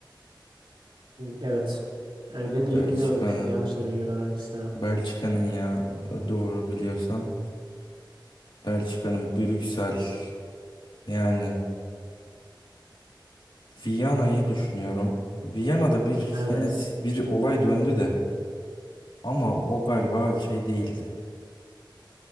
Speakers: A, on the right (about 75°); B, on the left (about 70°).
A: Evet. Öyle diyebiliyorum
B: Belçika'nın.
A: şimdi. Yanlış da bilgi vermek istemem.
B: Belçika'nın ya doğru biliyorsam. Belçika'nın Brüksel. Yani Viyana'yı düşünüyorum. Viyana'da bir
A: Evet.
B: yani bir olay döndü de. Ama o galiba şey değildi.